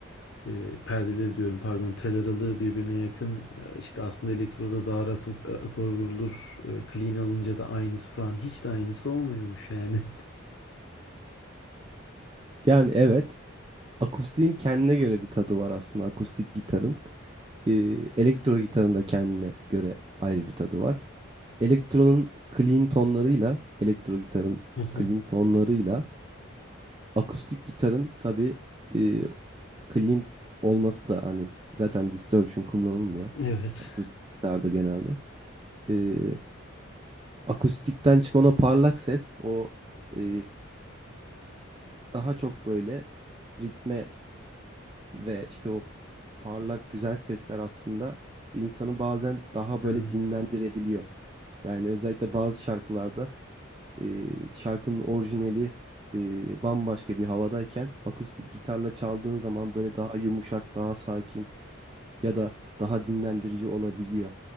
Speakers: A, on the left; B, on the right.
A: e, perdeleri diyorum pardon, tel aralığı birbirine yakın. Ee, işte aslında elektroda daha rahat ak- akor vurulur. Ee, clean alınca da aynısı falan. Hiç de aynısı olmuyormuş yani.
B: Yani evet, akustiğin kendine göre bir tadı var aslında akustik gitarın. e, elektro gitarın da kendine göre ayrı bir tadı var. Elektronun clean tonlarıyla, elektro gitarın
A: <laughs>
B: clean tonlarıyla akustik gitarın tabii e, clean olması da hani zaten distortion kullanılmıyor
A: Evet.
B: akustik gitarda genelde. E, akustikten çıkan o parlak ses o e, daha çok böyle ritme ve işte o parlak güzel sesler aslında insanı bazen daha böyle
A: Evet.
B: dinlendirebiliyor. Yani özellikle bazı şarkılarda e, şarkının orijinali e, bambaşka bir havadayken akustik gitarla çaldığın zaman böyle daha yumuşak, daha sakin ya da daha dinlendirici olabiliyor